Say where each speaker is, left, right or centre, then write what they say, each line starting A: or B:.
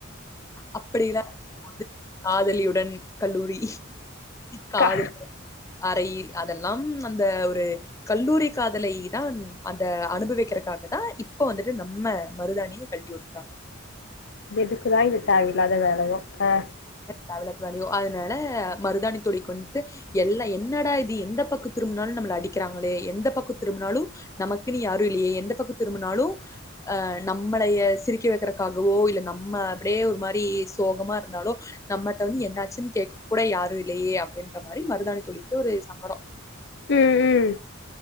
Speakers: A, on the left; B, on the left.
A: அப்படிலா இருக்கும் போது காதலியுடன் கல்லூரி காதல்
B: கா
A: அரைையில் ம் அதெல்லா அந்த ஒரு கல்லூரி காதலை தா அந்த அனுபவிக்கிறதுக்காக தா இப்ப வந்துட்டு நம்ம மருதாணிய கழட்டுவிட்ருக்காங்க
B: எதுக்குதா இது தேவையில்லாத வேலவோ ஆ
A: வளடியியோ அதனால மருதானி துளி கொண்ட்டு எல்லா என்னடா இது எந்த பக்கோ திரும்பினாலு நம்மள அடிக்கிறாங்களே எந்த பக்கோ திரும்பினாலு நமக்குன்னு யாரு இல்லையே எந்த பக்க திரும்பினாலு அ நம்மளைய சிரிக்கி வைக்கிறக்காகவோ இல்ல நம்ம அப்படியே ஒரு மாரி சோகமா இருந்தாலோ நம்மட்ட வந்து என்னாச்சுன்னு கேக்க கூட யாரு இல்லையே அப்படின்ற மாரி மருதானி தோழிலட்டு ஒரு சங்கடம்
B: ம் ம்